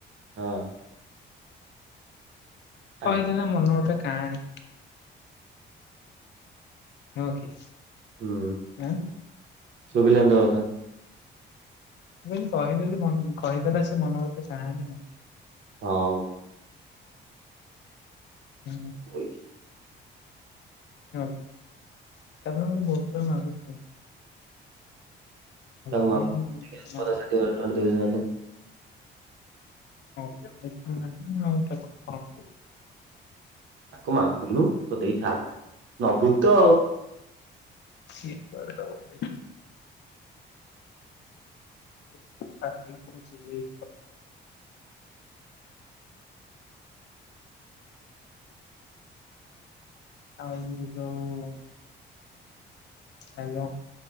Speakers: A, on the right; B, on the left.
A: ହଁ। ହ୍ୟାଲୋ
B: କହି ଦେଲା ମନକୁ ଗୋଟା କାହାଣୀ। ନୁହଁ କି?
A: ହୁଁ
B: ଆଁ ମୁଁ
A: ଶୁଭିିଲାନି ତୋ କଥା।
B: ମୁଁ କହିଦେଲି ମନ୍ କହିଦେଲା ସେ ମନ ଗୋଟେ କାହାଣୀ
A: ହଁ।
B: ହୁଁ।
A: ପଇସା
B: ହଁ ତାପରେ ମୁ ବହୁତ ଥର ମାଗୁ
A: ତାକୁ
B: ପାଇଁ
A: ମଗୁନୁ ଦେଖିଆ <unintelligible> ହଜାର
B: ନ
A: ଟଙ୍କା ଦେଉଛି ନା ନାଇ।
B: ହା ନାହିଁ ଆଉ ତାକୁ କରନ୍ତି।
A: ତାକୁ ମାଗୁନୁ କହ ଦେଇଥା ନୋବୁତ
B: ସେ କୁଆଡେ ଦବ <inaudible> <unintelligible> ଆଉ ଯୋଉ ହାଲୋ।